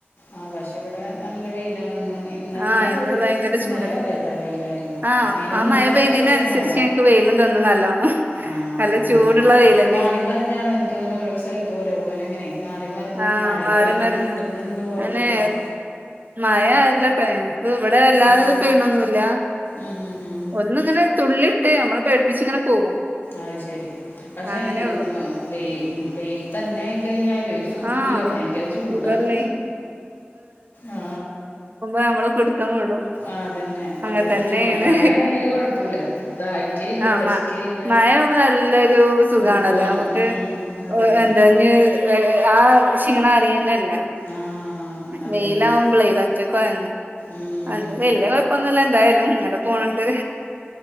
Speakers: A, on the left; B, on the right.
A: ആ പക്ഷെ ഇവിടെ നല്ല വെയിലാണ് ഇന്ന് ഇന്നലെ
B: ആഹ് ഇന്ന്
A: ഒരു
B: ഭയങ്കര
A: ഇന്നലെ
B: ചൂടാ
A: അതെട്ടോ വെയിലായിരുന്നു
B: ആഹ്
A: അയിന്
B: ആ
A: മുന്നേ
B: മഴ പെയ്തേന്
A: രണ്ടുവസം
B: അനുസരിച്ച്
A: മഴ
B: ഞങ്ങക്ക് വെയിലും തന്നു നല്ലോണം
A: ആഹ്
B: നല്ല
A: അങ്ങനെ
B: ചൂടുള്ള വെയിലന്നേന്
A: മാറി മറിഞ്ഞാണ് ഇൻക്ക് തോണു ഓരോ സ്ഥലത്തും ഒരോ പോലെ ഇങ്ങനെ മാറി മറിഞ്ഞ്
B: ആഹ്
A: മഴയാണ്
B: മാറി
A: വെയില്
B: മറിഞ്ഞു
A: കിട്ടുന്നുണ്ട് ഒള്ള
B: അനെ
A: പോലെ
B: മഴ അല്ലട്ടൊ ക്ക് ഇവടെ വല്ലാതെ
A: ഉം.
B: പെയ്യണൊന്നു ഇല്ല
A: ഉം ഹും ഹും.
B: ഒന്ന് ഇങ്ങനെ തുള്ളി ട്ട് അമ്മളെ പേട്പ്പിച്ച് ഇങ്ങനെ പോകും
A: അയ് ശരി പക്ഷെ
B: അങ്ങനെയൊള്ളു
A: ഈ വ് വെൽ വെൽ തന്നെ അയി കഴിഞ്ഞാലും ഒര് സുഖു
B: ആഹ്
A: ഇല്ല ഭയങ്കര ചൂടാണ്
B: സുഖല്ലേ
A: ആ
B: നമ്മൾ കൊട്ത്താ ത്തം വുടും
A: അതന്നെ ഭയങ്കര
B: അങ്ങൻ തന്നെയെണ്
A: ബുദ്ധിമുട്ടാണ് മഴയാണെങ്കിൽ കുഴപ്പമില്ല ദാഹിക്കേ ഇല്ല
B: ആ
A: വിശക്കേ
B: മാ
A: ഇല്ല
B: മഴ ആവുമ്പോ നല്ലൊരു സുഖാണല്ലോ
A: സുഖമാണ്
B: നമുക്ക്
A: ഉം, അതന്നെ
B: എന്താ ഇഞ് വേ ആ ക്ഷീണം അറിയെന്നെ ഇല്ല
A: ആ അതന്നെ
B: വെയിലാവുമ്പളെ പറ്റ കൊഴങ്ങും
A: ഉം.
B: അന്ന് വല്ല്യ കൊഴപ്പൊന്നുല്ല എന്തായാലും ഇങ്ങനെ പോന്ന്ണ്ട്